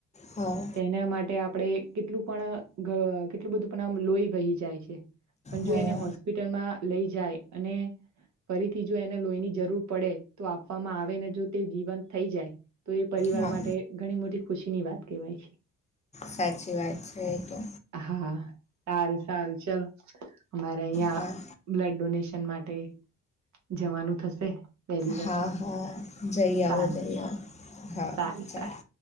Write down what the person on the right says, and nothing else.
તેના માટે આપડે કેટલું પણ કેટલું બધું પણમ લોહી વહી જાય છે પણ
જો એને હોસ્પિટલમાં. લઈ જાય અને. ફરીથી જો એને લોહીની જરૂર પડે તો આપવામાં આવે ને જો તે જીવંત થઈ જાય. તો એ પરિવાર
માટે ઘણી મોટી ખુશી ની વાત કહેવાય છે.
હા સારું સારું ચાલ હરે યા
બ્લડ ડોનેશન. માટે જવાનું થશે. બે દિવસમાં
સારું
સારું
સારું